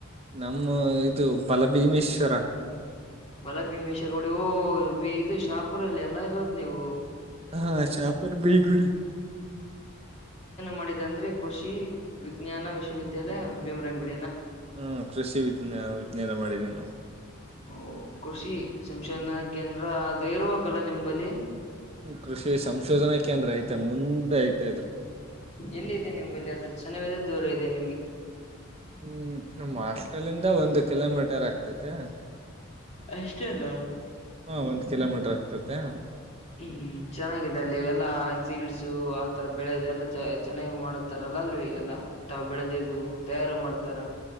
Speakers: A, on the right (about 30°); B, on the left (about 30°).
A: ನಮ್ಮ ಇದು ಬಲಭೀಮೇಶ್ವರ
B: ಬಲ ಭೀಮೇಶ್ವರ್ ಉಡಿ ಓ ಇದು ಶಾಪುರಲ್ಲಿ ಎಲ್ಲಾ ಇರೋದ್ ನೀವು
A: ಹ ಅ ಶಾಪೂರ ಬಿಗುಡಿ
B: ಮಾಡಿದೆ ಅಂದ್ರೆ ಕೃಷಿ ವಿಜ್ಞಾನ ವಿಶ್ವವಿದ್ಯಾಲಯ ಭೀಮರಂಗುಡಿ
A: ಹ್ಮ್ ಕೃಷಿ ವಿಜ್ಞ ವಿಜ್ಞಾನ ಮಾಡಿದೀವಿ ನಾವು
B: ಓ ಕೃಷಿ ಸಂಶೋಧನಾ ಕೇಂದ್ರ ಅದ ಇರ್ರುವಕಲ್ಲ ನಿಮಂಬಲ್ಲಿ
A: ಕೃಷಿ ಸಂಶೋಧನೆ ಕೇಂದ್ರ ಐತೇ ಮುಂದೆ ಐ್ತ ಇದ್ರೆ
B: ಇಲ್ಲಿದೆದೆ ನಿಂಬಲ್ಲಿ ಅದು ಚೆನ್ನದೆ ದೂರ ಇದೇನೆ
A: ಹ್ಮ್ ನಮ್ಮ ಹಾಸ್ಟೆಲ್ ಇಂದ ಒಂದು ಕಿಲೋಮೀಟರ್ ಆಗ್ತತೆ
B: ಅಷ್ಟೇ ಅಲ್ಲ
A: ಹಾ ಒಂದ್ ಕಿಲೋಮೀಟರ್ ಆಗ್ತತೆ
B: ಹ್ಮ್ ಚೆನ್ನಾಗಿದೆ ಅಲ್ಲಿವೆಲ್ಲಾ ಸೀಡ್ಸು ಆತರ ಬೆಳೆಯೋದು ಎಲ್ಲ ಚೆನ್ನಾಗ ಮಾಡತಾರಲ್ಲ ಅಲ್ವಿ ಎಲ್ಲಾ ತಾವ ಬೆಳೆದು ತಯಾರು ಮಾಡ್ತಾರ